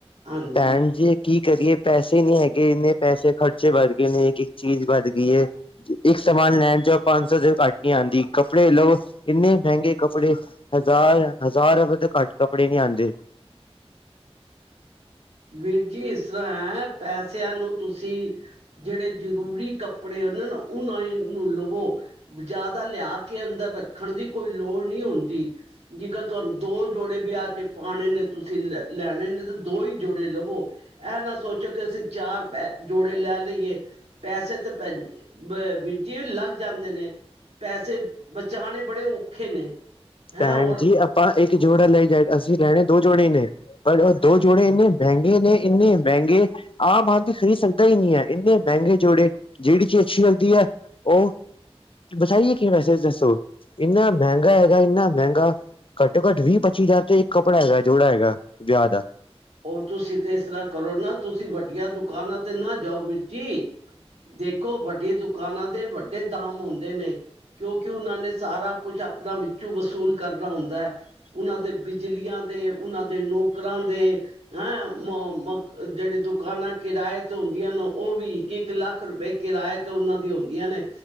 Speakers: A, on the right; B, on the left.
A: ਹਾਂਜੀ।
B: ਭੈਣ ਜੀ ਕੀ ਕਰੀਏ ਪੈਸੇ ਨਹੀਂ ਹੈਗੇ ਇੰਨੇ ਪੈਸੇ ਖਰਚੇ ਵੱਧ ਗਏ ਨੇ ਇੱਕ ਇੱਕ ਚੀਜ਼ ਵੱਧ ਗਈ ਹੈ ਇੱਕ ਸਮਾਨ ਲੈਣ ਜਾਓ ਪੰਜ ਸੌ ਤੋਂ ਘੱਟ ਨਹੀਂ ਆਦੀ ਕੱਪੜੇ ਲਓ ਇੰਨੇ ਮਹਿੰਗੇ ਕੱਪੜੇ। ਹਜ਼ਾਰ ਹਜ਼ਾਰ ਰੁਪਏ ਤੋਂ ਘੱਟ ਕੱਪੜੇ ਨੀ ਆਉਂਦੇ
A: ਵੀਰ ਜੀ ਇਸ ਤਰ੍ਹਾਂ ਹੈ ਪੈਸਿਆਂ ਨੂੰ ਤੁਸੀਂ ਜਿਹੜੇ ਜ਼ਰੂਰੀ ਕੱਪੜੇ ਉਹਦੇ ਨਾ ਉਹਨਾਂ ਨੂੰ ਲਵੋ ਜ਼ਿਆਦਾ ਲਿਆ ਕੇ ਅੰਦਰ ਰੱਖਣ ਦੀ ਕੋਈ ਲੋੜ ਨਹੀਂ ਹੁੰਦੀ ਜੇਕਰ ਤੁਹਾਨੂੰ ਦੋ ਜੋੜੇ ਵਿਆਹ ਚ ਪਾਣੇ ਨੇ ਤੁਸੀਂ ਲ ਲੈਣੇ ਨੇ ਦੋ ਹੀ ਜੋੜੇ ਲਵੋ ਇਹ ਨਾ ਸੋਚੋ ਕਿ ਅਸੀਂ ਚਾਰ ਪੈ ਜੋੜੇ ਲੈ ਲ ਲਈਏ ਪੈਸੇ ਤਾਂ ਪੈ ਜੇ ਵੀ ਲੱਗ ਜਾਂਦੇ ਨੇ ਪੈਸੇ ਬਚਾਉਣੇ ਬੜੇ ਔਖੇ ਨੇ ਹੈਂ
B: ਭੈਣ
A: ਔਰ
B: ਜੀ ਆਪਾਂ ਇੱਕ ਜੋੜਾ ਲੈ ਜਾ ਅਸੀਂ ਲੈਣੇ ਦੋ ਜੋੜੇ ਨੇ ਪਰ ਉਹ ਦੋ ਜੋੜੇ ਇੰਨੇ ਮਹਿੰਗੇ ਨੇ ਇੰਨੇ ਮਹਿੰਗੇ ਆਮ ਆਾਨ ਦੀ ਖਰੀਦ ਸਕਦਾ ਹੀ ਨਹੀਂ ਹੈ ਇੰਨੇ ਮਹਿੰਗੇ ਜੋੜੇ ਜਿਹੜੀ ਚੀ ਅੱਛੀ ਲੱਦੀ ਹੈ ਉਹ ਬਤਾਾਈਏ ਕਿ ਮੈਸੇਜ ਦੱਸੋ ਇੰਨਾ ਮਹਿੰਗਾ ਹੈਗਾ ਇੰਨਾ ਮਹਿੰਗਾ ਘੱਟੋ ਘੱਟ ਵੀਹ ਪੱਚੀ ਹਜ਼ਾਰ ਤੇ ਇੱਕ ਕੱਪੜਾ ਹੈਗਾ ਜੋੜਾ ਹੈਗਾ ਵਿਆਹ ਦਾ
A: ਉਹ ਤੁਸੀਂ ਤੇ ਇਸ ਤਰ੍ਹਾਂ ਕਰੋ ਨਾ ਤੁਸੀਂ ਵੱਡੀਆਂ ਦੁ ਦੁਕਾਨਾਂ ਤੇ ਨਾ ਜਾਓ ਵੀਰਜੀੀ ਦੇਖੋ ਵੱਡੇ ਦੁਕਾਨਾਂ ਦੇ ਵੱਡੇ ਦਾਮ ਆਉਂਦੇ ਨੇ ਕਿਉਂਕਿ ਉਹਨਾਂ ਨੇ ਸਾਰਾ ਕੁਛ ਆਪਣਾ ਵਿੱਚੋਂ ਵਸੂਲ ਕਰਨਾ ਹੁੰਦਾ ਉਹਨਾਂ ਦੇ ਬਿਜਲੀਆਂ ਦੇ ਉਹਨਾਂ ਦੇ ਨੌਕਰਾਂ ਦੇ ਹੈਂ ਮ ਮ ਜਿਹੜੀ ਦੁਕਾਨਾਂ ਕਿਰਾਏ ਤੇ ਹੁੰਦੀਆਂ ਨੇ ਉਹ ਵੀ ਇੱਕ ਇੱਕ ਲੱਖ ਰੁਪਏ ਕਿਰਾਏ ਤੇ ਉਹਨਾਂ ਦੀ ਹੁੰਦੀਆਂ ਨੇ